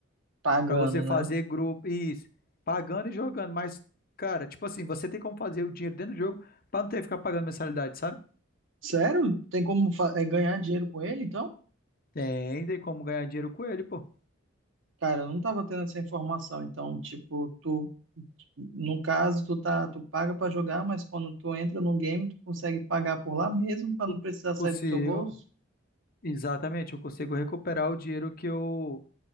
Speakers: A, on the right (about 85°); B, on the left (about 50°).
A: Pagando,
B: pra você fazer
A: né?
B: grupo, isso, pagando e jogando. Mas, cara, tipo assim, você tem como fazer o dinheiro dentro do jogo pra não ter que ficar pagando mensalidade, sabe?
A: Sério? Tem como fa- é, ganhar dinheiro com ele, então?
B: Tem, tem como ganhar dinheiro com ele, pô.
A: Cara, eu não tava tendo essa informação. Então, tipo, tu No caso, tu tá, tu paga para jogar, mas quando tu entra no game, tu consegue pagar por lá mesmo para
B: Co-
A: não precisar
B: Consigo.
A: sair do teu bolso,
B: Exatamente, eu consigo recuperar o dinheiro que eu,